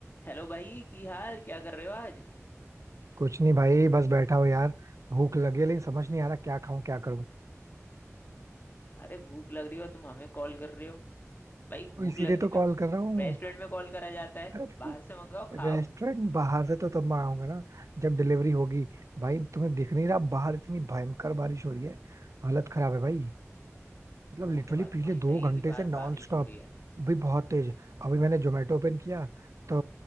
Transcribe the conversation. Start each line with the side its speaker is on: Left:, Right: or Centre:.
Left: Hello भाई की हाल क्या कर रहे हो आज
Right: कुछ नहीं भाई बस बैठा हूँ यार भूख लगी है लेकिन समझ नहीं आ रहा क्या खाऊं क्या करूं
Left: अरे भूख लग रही हो तुम हमें कॉल कर रहे हो भाई भूख
Right: तो इसीलिए
Left: लगने
Right: तो
Left: पे
Right: कॉल कर रहा हूँ
Left: रेस्टोरेंट में कॉल करा जाता है
Right: <laughs>
Left: बाहर से मंगाओ खाओ
Right: रेस्टोरेंट बाहर से तो तब मंगाऊंगा ना जब डिलीवरी होगी भाई तुम्हें दिख नहीं रहा बाहर इतनी भयंकर बारिश हो रही है हालत खराब है भाई मतलब
Left: वो
Right: लिटरली
Left: तो बात
Right: पिछले
Left: तुम्हारी सही
Right: दो घंटे
Left: है कि बाहर
Right: से नॉन
Left: बारिश
Right: स्टॉप
Left: हो रही है
Right: भी बहुत तेज अभी मैंने जोमेटो ओपन किया तो